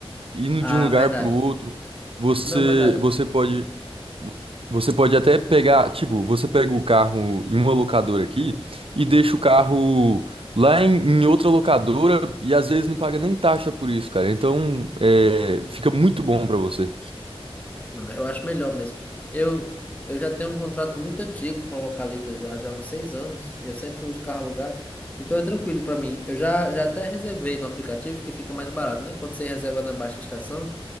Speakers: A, on the right (about 65°); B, on the left (about 15°).
A: indo
B: Ah,
A: de um lugar
B: verdade.
A: para o outro, você
B: Não, verdade.
A: você pode você pode até pegar, tipo, você pega o carro em uma locadora aqui e deixa o carro lá em, em outra locadora e às vezes não paga nem taxa por isso, cara. Então, é, fica muito bom para você.
B: Não, eu acho melhor mesmo. Eu, eu já tenho um contrato muito antigo com a Localiza já, já há uns seis anos, e eu sempre uso carro alugado. Então é tranquilo pra mim. Eu já, já até reservei no aplicativo que fica mais barato, né? Quando você reserva na baixa estação,